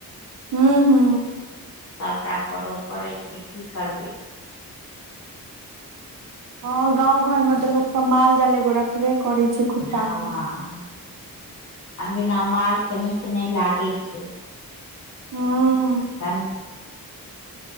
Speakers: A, on the right; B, on the left.
A: हू हू।
B: सभटा करऽ पड़ै छै कि करबै।
A: हँ गाव घर मे तऽ लोक सभ माल जाल एगो रखबे करै छै खुट्टा
B: हँ
A: पर
B: आ बिना माल कनिक नहि लागै छै।
A: हँ।
B: कनि।